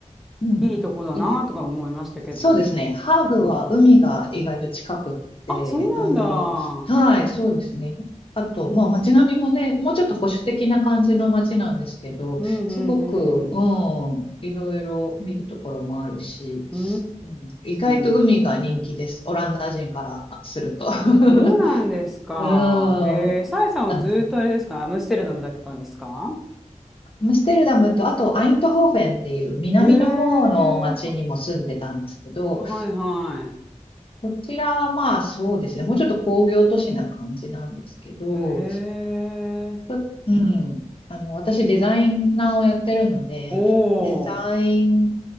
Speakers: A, on the left (about 45°); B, in the centre.
A: い。うん。
B: いいとこだなとか思いましたけど。
A: いいでそうですね。ハーグは海が意外と近くって、
B: うん。あ、そうなんだ。
A: あの、はい、そうですね。と、まあ街並みもね、もうちょっと保守的な感じの街なんですけど、
B: うん、うん、
A: すごく、うん、
B: うん。
A: いろいろ見るところもあるし、
B: うー
A: うん、意外と海が人気です。
B: ん。
A: オランダ人からすると。<laughs>
B: そうなんですか。
A: うん。あ
B: へえ、サイさんはずっとあれですかアムステルダムだけたんですか
A: アムステルダムと、あとアイントホーフェンっていう南の方の町にも住んでたんですけど、
B: へえ、ははいは
A: こちらはまあそうですね、もうちょっと工業都市な感じなんですけど、
B: い。へえ、
A: ぷうん。あの、私デザイナーをやってるので、
B: おー。
A: デザイン